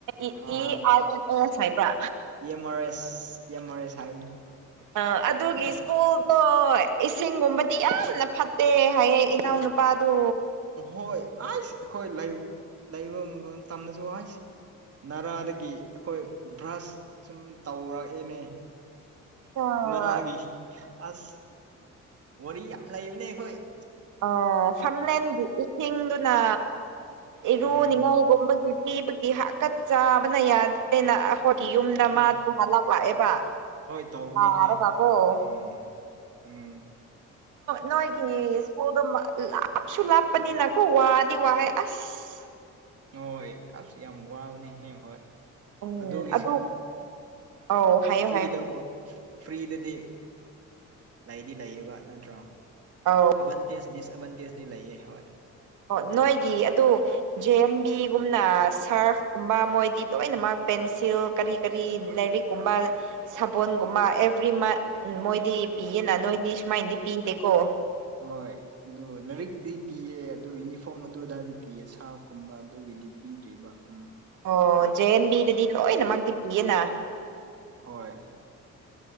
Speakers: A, on the right (about 85°); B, on the right (about 50°).
A: ꯏ
B: ꯑꯥ
A: ꯑꯥꯔ ꯑꯦꯟ ꯑꯦꯁ ꯍꯥꯏꯕ꯭ꯔꯥ
B: M R S M R S ꯍꯥꯏꯕꯅꯤ
A: ꯑ ꯑꯗꯨꯒꯤ ꯁ꯭ꯀꯨꯜꯗꯣ ꯏꯁꯤꯡꯒꯨꯝꯕꯗꯤ ꯌꯥꯝꯅ ꯐꯠꯇꯦ ꯍꯥꯏꯌꯦꯡ ꯏꯅꯥꯎꯅꯨꯄꯥꯗꯨ
B: ꯍꯣꯏ ꯑꯩꯁ ꯑꯩꯈꯣꯏ ꯂꯩ ꯂꯩꯕ ꯇꯝꯅꯁꯨ ꯍꯥꯏꯁ ꯔꯥꯗꯒꯤ ꯑꯩꯈꯣꯏ ꯕ꯭ꯔꯁ ꯁꯨꯝ ꯇꯧꯔꯛꯑꯦꯅꯦ
A: ꯑꯥ
B: ꯅꯅꯥꯥꯒꯤ ꯑꯁ ꯋꯥꯔꯤ ꯌꯥꯝ ꯂꯩꯕꯅꯦ ꯑꯩꯈꯣꯏ ꯑꯣ
A: ꯑ ꯐꯝꯂꯦꯟꯒꯤ ꯏꯁꯤꯡꯗꯨꯅ ꯏꯔꯨꯅꯤꯡꯉꯥꯏꯒꯨꯝꯕꯒꯤ
B: ꯎꯝ
A: ꯊꯤꯕꯒꯤ ꯍꯥꯀꯠ ꯆꯥꯕꯅ ꯌꯥꯗ꯭ꯔꯦꯅ ꯑꯩꯣꯒꯤ ꯌꯨꯝꯗ
B: ꯑꯥ
A: ꯃꯥ ꯇ ꯂꯥꯛꯂꯥꯛꯑꯦꯕ
B: ꯍꯣꯏ ꯇꯧꯕꯅꯦꯍꯦ
A: ꯑꯔꯦ ꯀꯥꯕꯣꯣꯏ
B: ꯎꯝ ꯎꯝ
A: ꯅꯣꯏꯒꯤ ꯁ꯭ꯀꯨꯜꯗꯣ ꯂꯥꯞꯁꯨ ꯂꯥꯞꯄꯅꯤꯅꯀꯣ ꯋꯥꯗꯤ ꯋꯥꯍ ꯑꯁ
B: ꯍꯣꯏ ꯑꯞꯁꯨ ꯌꯥꯝ ꯋꯥꯕꯅꯦ ꯍꯌꯦ ꯍꯣꯏ
A: ꯎꯝ
B: ꯑꯗꯨꯒꯤꯁꯨ
A: ꯑꯗꯨ ꯑꯧ ꯍꯥꯏꯌꯣ
B: ꯐ꯭ꯔꯤꯗ
A: ꯍꯥꯏꯌꯣ
B: ꯑꯣꯏ ꯐ꯭ꯔꯤꯗꯗꯤ ꯂꯩꯗꯤ ꯂꯩꯌꯦꯕ ꯅꯠꯇ꯭ꯔꯣ
A: ꯑꯥꯎ
B: ꯑꯦꯗꯚꯥꯟꯇꯦꯖ ꯗꯤꯁꯑꯦꯗꯚꯥꯟꯇꯦꯖꯇꯤ ꯂꯩꯌꯦ ꯍꯣꯏ
A: ꯑꯣ ꯅꯣꯏꯒꯤ ꯑꯗꯨ ꯖꯦ ꯑꯟ ꯕꯤꯒꯨꯝꯅ ꯁꯥꯔꯐꯀꯨꯝꯕ ꯃꯣꯏꯗꯤ ꯂꯣꯏꯅꯃꯛ ꯄꯦꯟꯁꯤꯜ ꯀꯔꯤ ꯀꯔꯤ ꯂꯥꯏꯔꯤꯛ ꯀꯨꯝꯕ ꯁꯥꯕꯣꯟꯒꯨꯝꯕ ꯑꯦꯚ꯭ꯔꯤ ꯃꯟ ꯃꯣꯏꯗꯤ ꯄꯤꯌꯦꯅ ꯅꯣꯏꯗꯤ ꯁꯨꯃꯥꯏꯅꯗꯤ ꯄꯤꯗꯦꯀꯣ
B: ꯍꯣꯏ ꯑꯗꯨ ꯂꯥꯏꯔꯤꯛꯇꯤ ꯄꯤꯑ ꯑꯗꯨ ꯌꯨꯅꯤꯐꯣꯔꯝ ꯑꯗꯨꯗꯥꯏꯗꯤ ꯄꯤꯑ ꯁꯥꯔꯐꯀꯨꯝꯕ ꯑꯗꯨꯒꯤꯗꯤ ꯄꯤꯗ꯭ꯔꯤꯕ ꯎꯝ
A: ꯑꯣ ꯖꯦ ꯑꯦꯟ ꯕꯤꯗꯗꯤ ꯂꯣꯏꯅꯃꯛꯇꯤ ꯄꯤꯌꯦꯅ
B: ꯍꯣꯏ